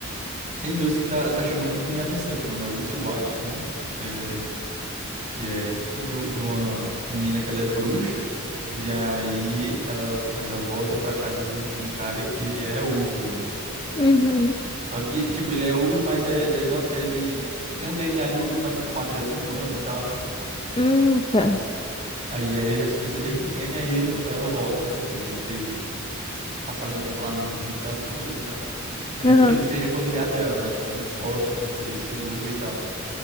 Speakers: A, on the right; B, on the left.
A: Tem dois que tá, tá chamando muito minha atenção, que o nome é Witch Watch, né? que é que é tipo do, de uma menina que ela é bruxa, e aí ela, ela volta pra casa de um, de um cara que ele é ogro, né?
B: Uhum.
A: Só que, tipo, ele é ogro, mas é, ele, não, ele tem o DNA de ogro, mas o formato dele é todo humano e tal, né?
B: Uhum.
A: E
B: Tá.
A: tal. Aí, aí já se conhecia desde pequeno, e aí ele, ela volta, né? Depois de ter passado o tempo lá no, no Reino das Bruxas e tal. Querendo
B: Aham.
A: que ele seja familiar dela, né? Porque ele é muito forte, enfim, por ele ser um ogro e tal.